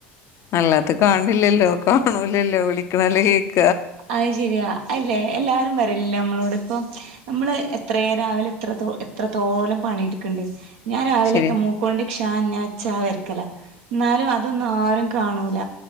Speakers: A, on the left; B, on the right.
A: അല്ലാത്ത കാണ്നില്ലല്ലോ കാണൂലല്ലോ വിളിക്കണല്ലേ കേ
B: അത് ശരിയാ അല്ലെ എല്ലാരും പറയലല്ലേ നമ്മളോ ടിപ്പം നമ്മള് എത്രയേ രാവിലെ എത്രത്തോ എത്രത്തോലം പണിയെടുക്കണ്ടേ ഞാൻ രാവിലെയൊക്കെ
A: ശരിയാ
B: മൂക്കോണ്ട് ക്ഷാ ഞാ ചാ വരക്കല എന്നാലും അതൊന്നും ആരും കാണൂല